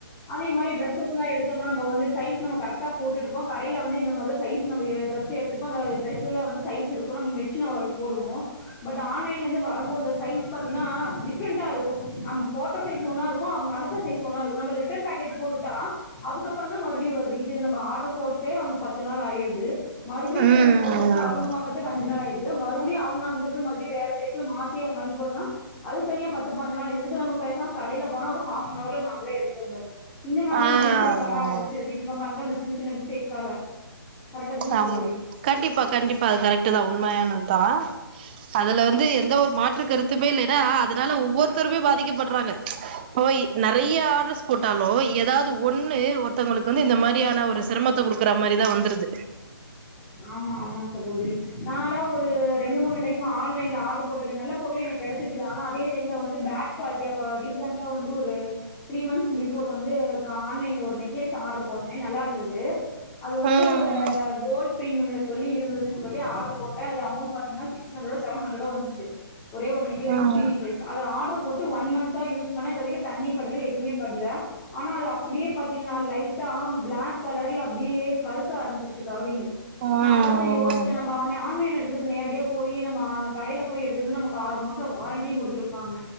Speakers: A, on the left (about 20°); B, on the right (about 25°).
A: அதே மாதிரி டரெஸ்சஸ் எல்லா எடுத்தோம்னா நம்ம வந்து சைஸ் நம்ம கரக்டா போட்டெடுப்போ வெளில வந்து இந்த மாரி தா சைஸ் நம்ப டிரஸ் எடுத்துருப்போ அந்த ட்ரெஸ்ல வந்து சைஸ் இருக்கு நம்ம <unintelligible> ஒரு போடுவோ பட் ஆன்லைன்ல இருந்து வரம்போது சைஸ் பாத்தீங்கன்னா டிஃப்ரண்டா இருக் கு நம்ம போட்ட சைஸ் ஒன்னா இருக்கு அவங்க அனுப்புன சைஸ் ஒன்னா இருக்கு நம்ம அத ரிட்டன் பேக்கேஜ் போட்டுட்டா அதுக்கப்புறந் தா மறுபடியு வருது இது நம்ம ஆர்டர் போட்டே பத்து நாள் ஆயிருது மறுபடியு
B: ம்
A: ரிட்டன் போட்டுட்டு அவங்க வாங்கறதுக்கு அஞ்சு நாள் ஆயிருது மறுபடியு அவங்க அங்கிருந்து மறுபடியு வேற சைஸ்ல மாத்தி அங்க அனுப்பியுடறதுனா அதுக்கு தனியா பத்து பாஞ்சு நாள் ஆயிறுது இதுக்கு நம்ம பேசாம கடைல போனா ஒரு ஹாஃப் அன் அவர்ல நாமளே எடுத்துட்டு வந்தர்லா இந்த மாதிரிலா
B: ஆ
A: மைண்ட் செட் வர ஆரம் சுருது இவங்க பண்ற அந்த சின்ன சின்ன மிஸ்டேக்ஸால கரெக்ட்டு தான
B: ஆமா
A: சகோதரி
B: கண்டிப்பா கண்டிப்பா அது கரெக்டு தா உண்மையானதுதா அதுல வந்து எந்த ஒரு மாற்று கருத்துமே இல்லைன்னா அதனால ஒவ்வொருத்தருமே பாதிக்கப்படுறாங்க இப்ப நெறையா ஆர்டர்ஸ் போட்டாலு ஏதாவது ஒண்ணு ஒருத்தவங்களுக்கு வந்து இந்த மாரியான ஒரு சிரமத்தை குடுக்குற மாதிரிதா வந்துருது
A: ஆமா ஆமா சகோதரி நாலா ஒரு ரெண்டு மூணு டைம் ஆன்லைன்ல ஆடரு போட்டிருக்கே நல்ல பொருளு எனக்கு கெடைச்சிருக்குது ஆனா அதே டைம்ல வந்து பேட் குவாலிட்டி ஆ ப ரீசண்டா வந்து ஒரு த்ரீ மன்த்ஸ் பிஃபோர் வந்து எங்குளுக்கு ஆன்லைன்ல ஒரு நெக்லஸ் ஆடர் போட்டே நல்லா இருந்தது அது வந்து
B: ம்
A: கோல்டு பின்ங்னம்னு சொல்லி இருந்துதுன்னு சொல்லி ஆர்டர் போட்டே அது அமௌன்ட் பாத்தீங்கன்னா சிக்ஸ் ஹன்ட்ரடோ செவன் ஹன்ட்ரடோ வந்துச்சு ஒரே ஒரு நெக்லஸ்
B: ம்
A: குட்டி நெக்லஸ் அது ஆர்டர் போட்டு ஒன் மந்த் தா யூஸ் பண்ணே இதுவரைக்கு தண்ணி படுல எதுவுமே படுல ஆனா அது அப்படியே பாத்தீங்கன்னா லைட்டா பிளாக் கலர்ல அப்டியே கருப் க ஆரம்பச்சிருச்சு கவரிங்க
B: ம்
A: நா அப்பதா யோசிச்சே நம்ம ஆன்லைன் எடுத்ததுக்கு நேரடியா போயி நம்ம ஆ கடையில போய் எடுத்தது நமக்கு ஆறு மாச வாரண்டியும் குடுத்துருப்பாங்க